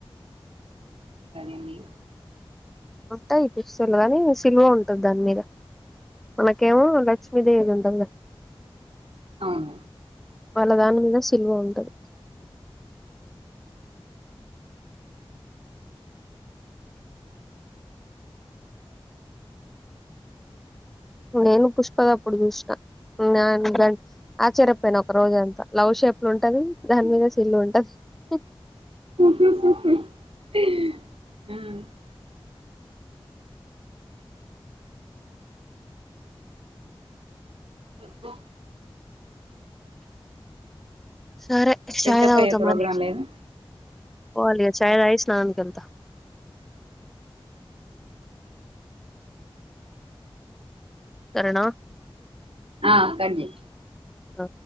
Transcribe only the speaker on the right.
సరేండి.
అవునా.
ఆ చెప్పు
ఫ్రెష్
అప్
అయ్యే ప్రోగ్రాం
లేదు
ఆ కట్ చెయ్